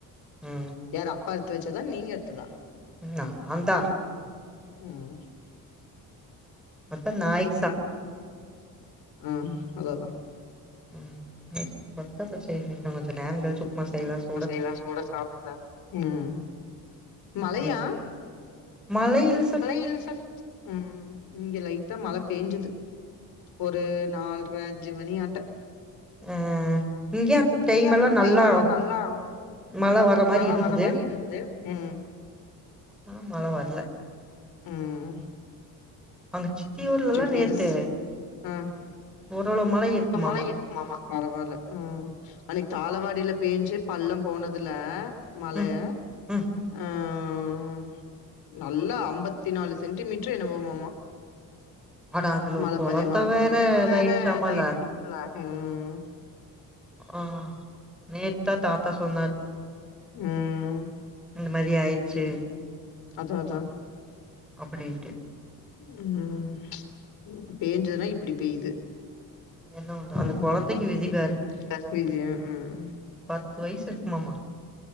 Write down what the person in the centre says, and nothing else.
ம்
நாந்தா
வத்த நாய்
ம் <unintelligible> பசேல்னு இன்னு கொஞ்ச நேரங் கழிச்சு உப்புமா செய்லா சொ
அப்டின்னு மழை இல்ல சாமி
அ அ இங்கயு அந்த டைம்
எல்லா
நல்லா
மழ வர மாரி
இருந்துது
ஆனா மழ வர்ல
அவுங்க சித்தி ஊர்லல்லா
நேத்து
ஓரளவு மழ இருக்குமாம்மா
ம் ம்
அட அதுல
ஒரு கொழந்த
வேற
இதாயிடுச்சாமல்ல
ஆ ஹ நேத்தா தாத்தா சொன்னாரு
இந்த மாரி ஆயிட்ச்சு
அப்புடின்ட்டு
என்ன பண்ற அந்த
கொழந்தைக்கு விதி பாரு
பத்து வய்சு இருக்குமாம்மா